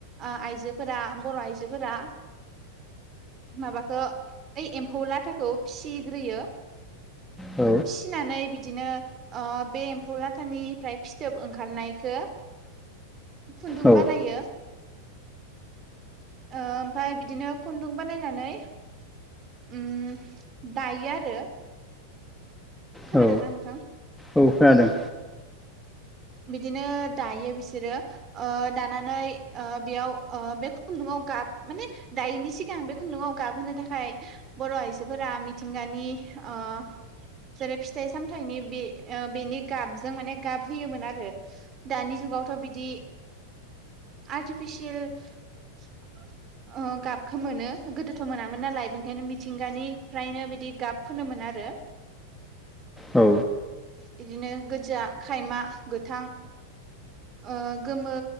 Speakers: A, on the right (about 30°); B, in the centre.
A: आइजोफोरा बर' आइजोफोरा माबाखौ ओइ एम्फौ लाथाखौ फिग्रोयो
B: औ
A: फिसिनानै बिदिनो बे एम्फौ लाथानिफ्राय फिथोब ओंखारनायखौ खुन्दुं
B: औ
A: बानायो ओमफ्राय बिदिनो खुन्दुं बानायनानै उम दायो आरो खोनादोंना
B: औ
A: नोंथां
B: औ खोनादों
A: बिदिनो दायो बिसोरो ओ दानानै बेयाव बे खुन्दुंङाव गाब माने दायनि सिगां बे खुन्दुङाव गाबहोनो थाखाय बर' आइजोफोरा मिथिंगानि ओ जेरै फिथाइ सामथाइनि बे बेनि गाबजों माने गाब होयोमोन आ रो दानि जुगावथ' बिदि आर्टिफिसियेल <inaudible> गाबखौ मोनो गोदोथ' मोनामोन नालाय बेनिखायनो मिथिंगानिफ्रायनो बिदि गाब फोनो मोन आरो
B: औ
A: बिदिनो गोजा, खायमा, गोथां ओ गोमो